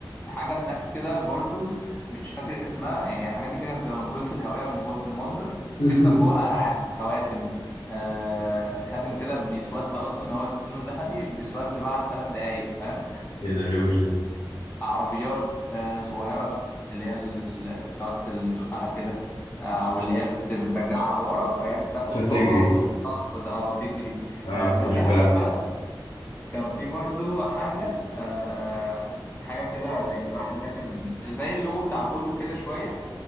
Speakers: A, on the left; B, on the left.
A: حاجة سناكس كده برضو مش فاكر اسمها يعني الحاجات دي كانت بتبقى مجهولة الهوية ومجهولة المصدر
B: <laughs>
A: تكسب جواها ألعاب خواتم آه خاتم كده بيسود أصلا هو لونه ذهبي بيسود بعد ثلاث دقايق فاهم
B: ايه ده روشه
A: عربيات آه، صغيرة اللي هي ال- بتقعد تزقها كده آه، أو اللي هي بت- بترجعها لورا فهي بتاخد
B: فتجري
A: طاقة وتقعد أو تجري
B: اه
A: آه،
B: كنت
A: كان
B: بحبها
A: في حاجات
B: أوي.
A: بقى كان في برضو حاجة آه، حاجة كده زي واحد راكب زي زي اللوجو بتاع بولو كده شوية